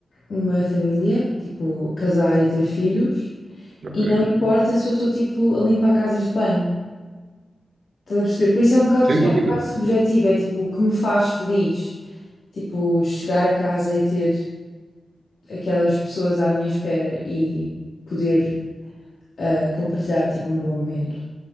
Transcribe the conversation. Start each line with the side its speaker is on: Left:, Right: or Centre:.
Left: uma família, tipo, casar e ter filhos,
Right: Ok.
Left: e não importa se eu estou tipo a limpar casas de banho. Estás a perceber? Por isso é um bocado,
Right: Sem
Left: é
Right: dúvida.
Left: um bocado subjetivo, é tipo o que me faz feliz. Tipo, chegar a casa e ter aquelas pessoas à minha espera e poder ah, compartilhar tipo um bom momento.